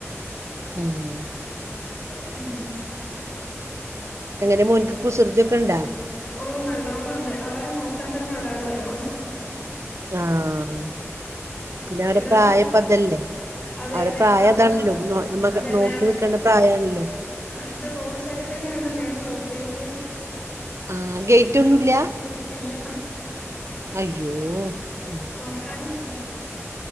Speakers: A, on the right; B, on the left.
A: ഉം
B: ഉം
A: എങ്ങനെ മോൻക്ക് കുസൃതിയൊക്കെ ഉണ്ടാ
B: ഓഹ് നല്ലോണംണ്ട് അവരെ നോക്കാൻ തന്നെ ഒരാള് വേണം
A: ആഹ് പിന്നെ അവരെ
B: ഇതാവാ
A: പ്രായം ഇപ്പം അതല്ലേ
B: അതെ
A: അവരെ
B: ഇതേ
A: പ്രായം
B: പറഞ്ഞോ
A: അതാണല്ലോ നോ നമ്മക്ക്
B: അതെ
A: നോക്കി
B: നേ
A: നിക്കേണ്ട പ്രായാണല്ലോ
B: ആ ഹ ഇത് റോഡ് സൈഡി തന്നെ ആയോണ്ട് നേരെ റോട്ടിലേക്ക്
A: ആഹ് ഗേറ്റ് ഒന്നുല്ല
B: ഇല്ല
A: അയ്യോ ഉം
B: കാണും കാണും കാണും